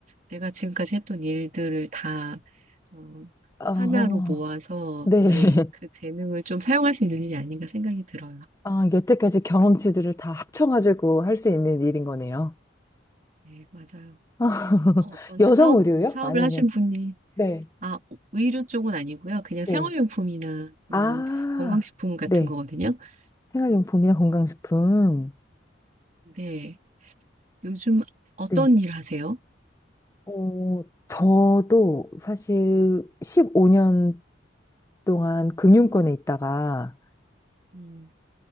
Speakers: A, on the right; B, on the left.
A: 내가 지금까지 했던 일들을 다, 어,
B: 아,
A: 하나로 모아서,
B: 네.
A: 네,
B: <laughs>
A: 그 재능을 좀 사용할 수 있는 일이 아닌가 생각이 들어요.
B: 아, 여태까지 경험치들을 다 합쳐가지고 할 수 있는 일인 거네요.
A: 네, 맞아요.
B: <laughs>
A: 어떤 사업,
B: 여성 의류요?
A: 사업을
B: 아니면?
A: 하신 분이
B: 네.
A: 아, 의류 쪽은 아니고요. 그냥
B: 네.
A: 생활용품이나 또는
B: 아,
A: 건강식품 같은
B: 네.
A: 거거든요.
B: 생활용품이나
A: 음,
B: 건강식품.
A: 음, 네. 요즘 어떤
B: 네.
A: 일 하세요?
B: 어, 저도 사실 15년 동안 금융권에 있다가
A: 음,